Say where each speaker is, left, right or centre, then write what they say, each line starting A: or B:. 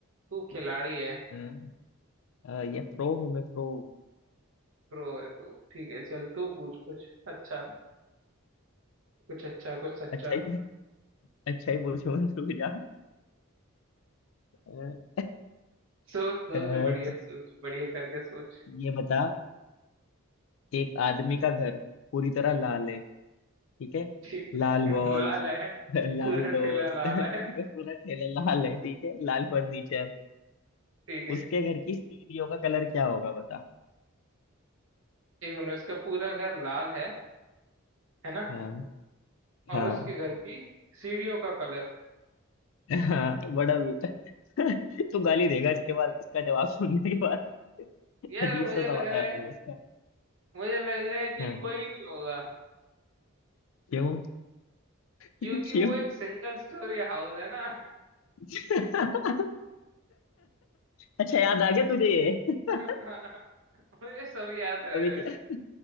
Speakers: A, on the right; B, on the left.
A: तू खिलाड़ी है
B: हाँ, अ, ये प्रो हूँ मैं प्रो
A: प्रो है तू ठीक है चल तू पूछ कुछ अच्छा कुछ अच्छा कुछ सच्चा
B: अच्छा ही अच्छा ही पूछूंगा रुक जा अ,
A: सोच सोच
B: अ,
A: बढ़िया
B: तू
A: सोच बढ़िया करके सोच
B: ये बता एक आदमी का घर पूरी तरह लाल है ठीक है
A: ठीक
B: लाल
A: है। <laughs>
B: वॉल्स
A: लाल है
B: <laughs> लाल
A: पूरा
B: डोर्स
A: ठेला लाल
B: <laughs> पूरा
A: है
B: ठेला लाल है ठीक है लाल फर्नीचर
A: ठीक है
B: उसके घर की सीढ़ियों का कलर क्या होगा बता
A: एक मिनट इसका पूरा घर लाल है है ना
B: हाँ
A: और
B: हाँ
A: उसके घर की सीढ़ियों का कलर
B: हाँ बड़ा भी- <laughs> तू गाली देगा इसके बाद इसका जवाब सुनने के बाद
A: यार
B: अजीब
A: मुझे
B: सा सवाल
A: लग रहा है
B: अ, वो इसका
A: मुझे लग रहा है कि
B: हाँ
A: कोई नहीं होगा
B: क्यों
A: क्योंकि
B: <laughs> क्यों
A: वो एक सिंगल स्टोरी हाउस है ना
B: <laughs> अच्छा याद आ गया तुझे ये <laughs>
A: <laughs> मुझे सब याद रह
B: अभी
A: गए
B: क्या-